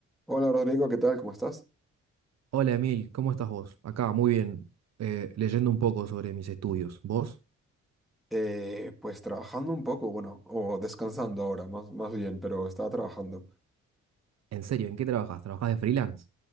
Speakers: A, in the centre; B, on the right.
A: Hola Rodrigo, ¿qué tal? ¿Cómo estás?
B: Hola Emil, ¿cómo estás vos? Acá, muy bien, eh, leyendo un poco sobre mis estudios. ¿Vos?
A: Eh, pues trabajando un poco, bueno, o descansando ahora, más, más bien, pero estaba trabajando.
B: ¿En serio? ¿En qué trabajas? ¿Trabajás de freelance?